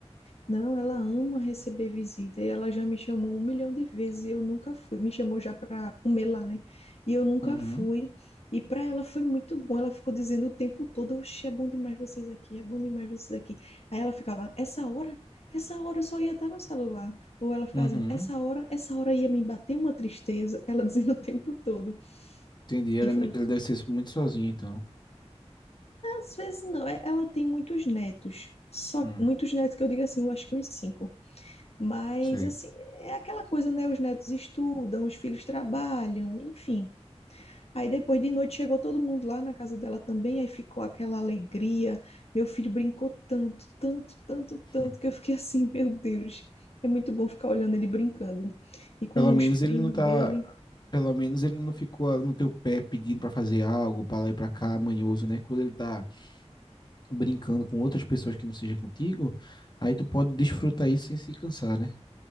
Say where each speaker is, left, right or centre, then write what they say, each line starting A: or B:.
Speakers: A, on the left; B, on the left.
A: Não, ela ama receber visita e ela já me chamou um milhão de vezes e eu nunca fui. Me chamou já para comer lá, né? E eu nunca
B: Uhum.
A: fui. E para ela foi muito bom. Ela ficou dizendo o tempo todo: Oxe, é bom demais vocês aqui, é bom demais vocês aqui. Aí ela ficava: Essa hora? Essa hora eu só ia estar no celular. Ou ela ficava
B: Uhum.
A: dizendo: Essa hora? Essa hora ia me bater uma tristeza. Ela dizendo o tempo todo.
B: Entendi. Ele,
A: E
B: é muito,
A: foi,
B: ele deve ser muito sozinho, então.
A: às vezes não, é- ela tem muitos netos. Só
B: Hum,
A: muitos netos que eu digo assim, eu acho que uns cinco. Mas
B: sei.
A: assim, é aquela coisa, né? Os netos estudam, os filhos trabalham, enfim. Aí depois de noite chegou todo mundo lá na casa dela também, aí ficou aquela alegria. Meu filho brincou tanto, tanto, tanto,
B: <laughs>
A: tanto,
B: Hum.
A: que eu fiquei assim, <laughs> meu Deus, é muito bom ficar olhando ele brincando. E com
B: Pelo menos
A: os primos
B: ele não tá.
A: dele.
B: Pelo menos ele não ficou ah, no teu pé pedindo pra fazer algo, pra lá e pra cá, manhoso, né? Quando ele tá brincando com outras pessoas que não seja contigo, aí tu pode desfrutar isso sem se cansar, né?